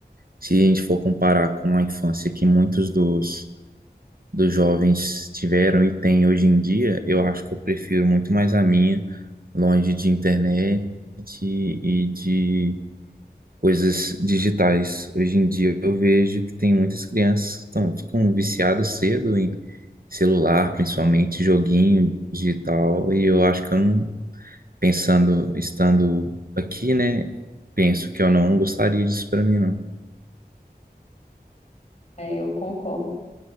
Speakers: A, on the right; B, on the left.
A: se a gente for comparar com a infância, que muitos dos dos jovens tiveram e têm hoje em dia, eu acho que eu prefiro muito mais a minha, longe de internet e de coisas digitais. Hoje em dia eu vejo que tem muitas crianças que estão, ficam viciadas cedo em celular, principalmente joguinho digital, e eu acho que eu não, pensando, estando aqui, né, penso que eu não gostaria disso para mim, não.
B: É, eu concordo.